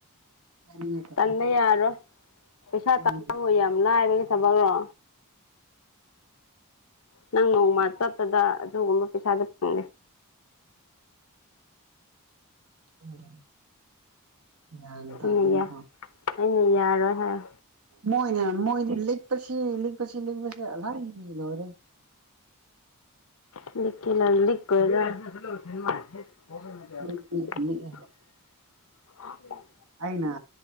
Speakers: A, on the right; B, on the left.
A: ꯍꯥꯏꯅꯤꯡꯉꯥꯏ ꯇꯧ
B: ꯇꯟꯕ ꯌꯥꯔꯣꯏ ꯄꯩꯁꯥ
A: ꯍꯥꯏꯅꯤꯡꯉꯥꯏ
B: ꯇꯥꯡꯉꯨ ꯌꯥꯝ ꯂꯥꯏꯕꯒꯤ ꯊꯕꯛꯔꯣ ꯅꯪ ꯅꯣꯡꯃ ꯆꯠꯄꯗ ꯑꯗꯨꯒꯨꯝꯕ ꯄꯩꯁꯥꯗ ꯐꯦ
A: ꯑꯗꯨꯗ ꯒ꯭ꯌꯥꯟ ꯇꯥꯅꯤꯡꯀꯣ
B: ꯑꯩꯅ ꯌꯥ ꯑꯩꯅ ꯌꯥꯔꯣꯏ ꯍꯥꯏꯌꯣ
A: ꯃꯣꯏꯅ ꯃꯣꯏꯗꯤ ꯂꯤ ꯂꯤ ꯄ ꯂꯤ ꯄ ꯑꯜꯍ ꯂꯧꯔꯦ
B: ꯂ <unintelligible>
A: ꯃꯣꯏꯗꯤ ꯂꯤꯛꯑꯦ ꯑꯩꯅ